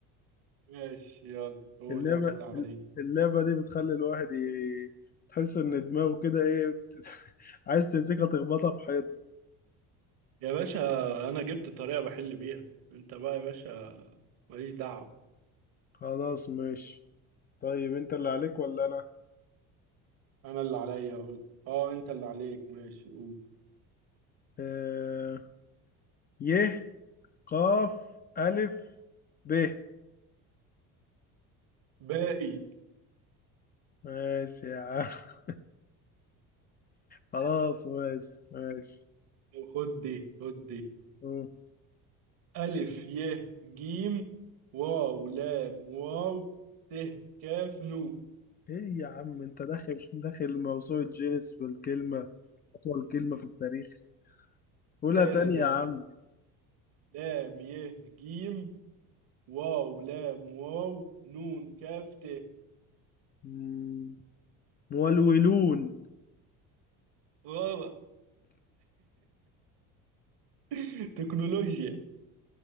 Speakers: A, on the right; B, on the left.
A: ماشي يلا قول
B: اللعبة
A: انت اللي عليك
B: اللعبة دي بتخلي الواحد ي... تحس إن دماغه كده إيه بت- <laughs> عايز تمسكها تخبطها في حيطة
A: يا باشا انا جبت طريقة بحل بيها انت بقى يا باشا ماليش دعوة
B: خلاص ماشي طيب أنت اللي عليك ولا أنا؟
A: انا اللي عليا اقول اه انت اللي عليك ماشي قول
B: آه... ي قاف ألف ب
A: باقي
B: ماشي يا عم <laughs> خلاص ماشي ماشي
A: خد دي خد دي
B: أوه.
A: ألف ي جيم واو لام واو ت كاف نو
B: ايه يا عم انت داخل داخل موسوعة جينيس بالكلمة أطول كلمة في التاريخ قولها
A: تاني
B: تاني
A: تاني
B: يا عم
A: لام ي جيم واو لام واو نون كاف ت
B: مم، مولولون
A: غلط <laughs> تكنولوجيا